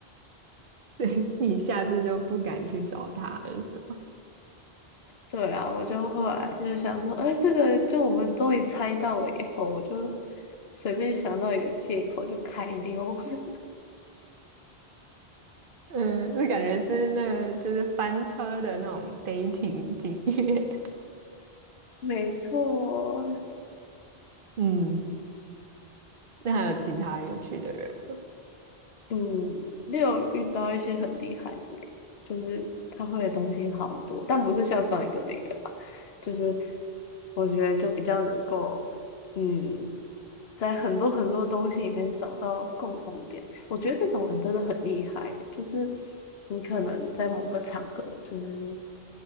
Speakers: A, on the right; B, on the left.
A: 对，你下次就不敢去找他了，是吗？
B: 对啊，我就后来就想说，哎，这个就我们终于猜到了以后，我就随便想到一个借口就开溜。<laughs>
A: 嗯，这感觉是那个就是翻车的那种 dating 经验。
B: 没错，
A: <laughs> 嗯，那还有其他有趣的人吗，
B: 嗯，也有遇到一些很厉害的人，就是他会的东西好多，但不是像上一个那个吧，就是我觉得就比较能够，嗯。在很多很多东西里面找到共同点。我觉得这种人真的很厉害欸，就是你可能在某个场合，就是